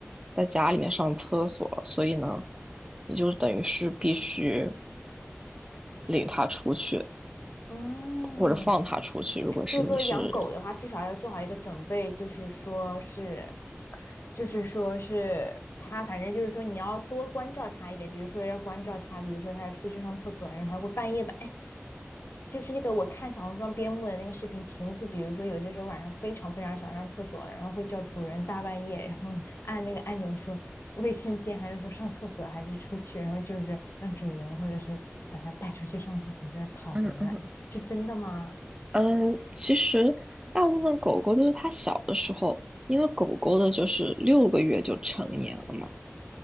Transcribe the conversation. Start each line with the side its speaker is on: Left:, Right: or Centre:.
Right: 在家里面上厕所了所以呢，你就等于是必须领他出去
Left: 嗯，
Right: 或者放他出去，如果是你是
Left: 就是说养狗的话，至少要做好一个准备，就是说是，就是说是它，反正就是说你要多关照它一点，比如说要关照它，比如说它要出去上厕所，然后它会半夜吧，哎，就是那个我看小红书上边牧的那个视频，亭子，比如说有些时候晚上非常非常想上厕所了，然后会叫主人大半夜，然后 <laughs> 按那个按钮说卫生间，还是说上厕所，还是出去，然后就是让主人或者是把它带出去上厕所，再跑回来，
Right: 嗯嗯
Left: 是真的吗？
Right: 嗯，其实大部分狗狗都是它小的时候，因为狗狗的就是六个月就成年了嘛，